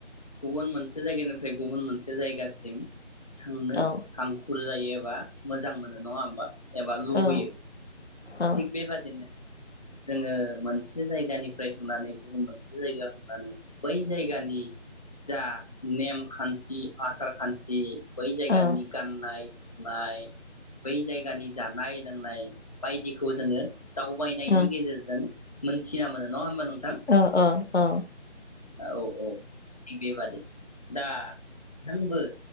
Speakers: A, on the left; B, on the left.
A: गुबुन मोनसे जायगानिफ्राय गुबुन मोनसे जायगासिम थांनो
B: औ
A: हां खुर जायो एबा मोजां मोनो। नङा होमबा एबा लुबैयो
B: औ औ
A: थिग बेबादिनो जोङो मोनसे जायगानिफ्राय थांनानै गुबुन मोनसे जायगायाव थांनानै बै जायगानि जा नेमखान्थि, आसार खान्थि बै जायगानि
B: औ
A: गाननाय जोमनाय बै जायगानि जानाय लोंनाय बायदिखौ जोङो दावबाय नि
B: उम
A: गेजेरजों मोनथिना मोनो नङा होनबा नों थां
B: औ औ औ
A: औ औ थिग बेबादि दा नोंबो